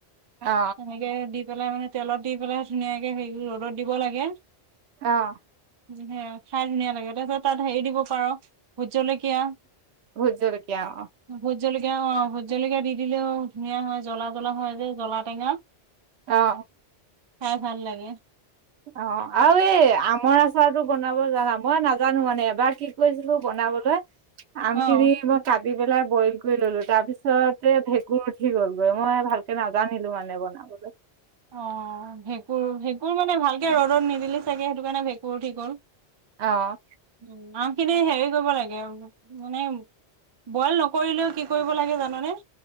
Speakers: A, on the right; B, on the right.
A: অ
B: এনেকে দি পেলাই মানে তেলত দি পেলাই ধুনীয়াকে হেৰি ৰ'দত দিব লাগে।
A: অ'।
B: সেয়া খাই ধুনীয়া লাগে, তাৰ পিছত তাত হেৰি দিব পাৰ ভোট জলকীয়া।
A: ভোট জলকীয়া অ'।
B: ভোট জলকীয়া, অ', ভোট জলকীয়া দি দিলেও ধুনীয়া হয়, জ্বলা জ্বলা হয় যে জ্বলা টেঙা।
A: অ'।
B: খাই ভাল লাগে।
A: অ', আৰু এই আমৰ আচাৰটো ব বনাব জানা, মই নাজানো মানে এবাৰ কি কৰিছিলো বনাবলৈ, আমখিনি
B: অ
A: মই কাটি পেলাই বইল কৰি ল'লো তাৰ পিছতে ভেঁকুৰ উঠি গ'লগৈ মই ভালকে নাজানিলোঁ, মানে বন আগলৈ
B: অ', ভেঁকুৰ, ভেঁকুৰ মানে ভালকে ৰ'দত নিদিলি চাগে সেইটো কাৰণে ভেঁকুৰ উঠি গ'ল।
A: অ'।
B: উম, আম খিনি হেৰি কৰিব লাগে, মানে বইল নকৰিলেও কি কৰিব লাগে জাননে?